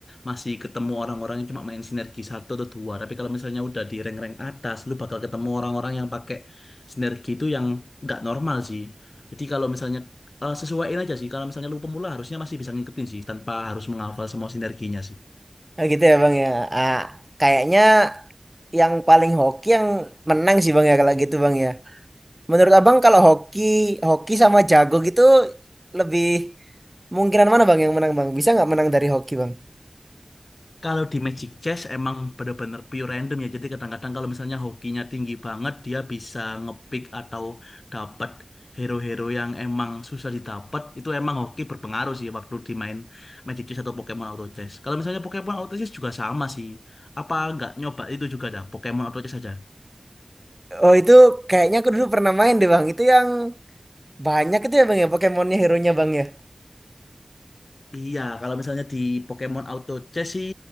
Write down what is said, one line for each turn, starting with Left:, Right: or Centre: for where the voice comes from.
Left: masih ketemu orang-orang yang cuma main sinergi satu atau dua. Tapi kalau misalnya udah di rank-rank atas, lu bakal ketemu orang-orang yang pakai sinergi itu yang nggak normal sih. Jadi kalau misalnya eh, sesuaiin aja sih, kalau misalnya lu pemula harusnya masih bisa ngikutin sih tanpa harus menghafal semua sinerginya sih.
Right: Nah, gitu ya bang ya. Ah, kayaknya yang paling hoki yang menang sih bang ya kalau gitu bang ya. Menurut abang kalau hoki, hoki sama jago gitu lebih mungkinan mana bang yang menang bang? Bisa nggak menang dari hoki bang?
Left: Kalau di Magic Chess emang bener-bener pure random ya. Jadi kadang-kadang kalau misalnya hokinya tinggi banget, dia bisa ngepick atau dapat hero-hero yang emang susah didapat. Itu emang hoki berpengaruh sih waktu dimain Magic Chess atau Pokemon Auto Chess. Kalau misalnya Pokemon Auto Chess juga sama sih. Apa nggak nyoba itu juga dah, Pokemon Auto Chess aja.
Right: Oh itu kayaknya aku dulu pernah main deh bang. Itu yang banyak itu ya bang ya Pokemon-nya hero-nya bang ya.
Left: Iya, kalau misalnya di Pokemon Auto Chess sih